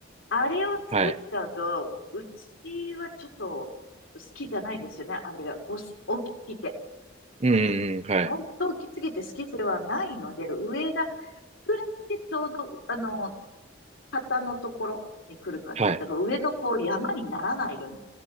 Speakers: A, on the left; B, on the right.
A: あれを作っちゃうと、
B: はい。
A: うちはちょっと好きじゃないんですよね。あれがおす大きすぎて。
B: うーん、はい。
A: 本当大きすぎて好きではないので、上が膨らんでちょうど、あの、肩のところに来る感じ。
B: はい。
A: だから上がこう山にならないように、